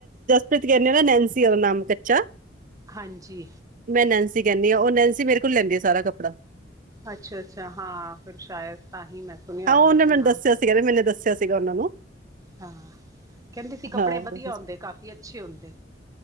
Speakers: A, on the right; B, on the right.
A: ਪ੍ਰਤੀ ਕਹਿੰਦੇ ਹੋ ਨਾ ਨੈਨਸੀ ਓਰ ਨਾਂ ਨਾਮ ਕੱਚਾ
B: ਹਾਂਜੀ
A: ਮੈਂ ਨੈਨਸੀ ਕਹਿੰਦੀ ਹਾਂ ਉਹ ਨੈਨਸੀ ਮੇਰੇ ਕੋਲ ਲੈਂਦੀ ਹੈ ਸਾਰਾ ਕਪੜਾ
B: ਅੱਛਾ-ਅੱਛਾ ਹਾਂ ਫਿਰ ਸ਼ਾਇਦ ਤਾਂ ਹੀ ਮੈਂ ਸੁਣਿਆ
A: ਹਾਂ
B: ਹੋਇਆ
A: ਉਹਨੇ
B: ਮੈਂ ਕਿਹਾ
A: ਮੈਨੂੰ
B: ਨਾਮ
A: ਦੱਸਿਆ ਸੀਗਾ ਨਾ ਮੈਨੂੰ ਦੱਸਿਆ ਸੀਗਾ ਉਹਨਾਂ ਨੂੰ
B: ਹਾਂ ਕਹਿੰਦੇ ਸੀ ਕੱਪੜੇ
A: ਹਾਂ
B: ਵਧੀਆ ਹੁੰਦੇ ਕਾਫੀ ਅੱਛੇ ਹੁੰਦੇ